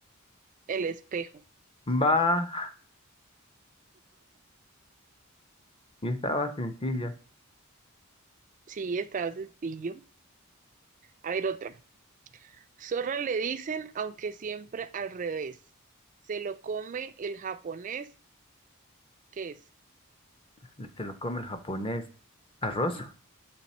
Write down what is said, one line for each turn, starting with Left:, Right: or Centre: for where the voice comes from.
Right: el espejo.
Left: Va, y estaba sencillo.
Right: Sí, estaba sencillo. A ver, otra. Zorra le dicen, aunque siempre al revés. Se lo come el japonés. ¿Qué es?
Left: El que lo come el japonés. ¿Arroz?
Right: Sí.